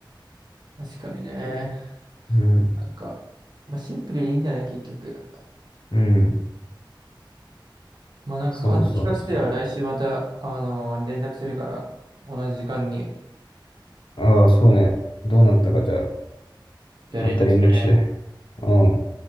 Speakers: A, on the right (about 55°); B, on the left (about 85°).
A: 確かにね。
B: うん、
A: なんか、まあ、シンプルにいいんだね、結局。
B: うん。
A: まあなんか感想聞かせてよ。
B: そうそうそ
A: 来週また、あのー連絡するから、同じ時間に。
B: う。ああ、そうね。どうなったか、じゃあ、
A: じゃあ連絡するね。
B: あんた連絡して。うん。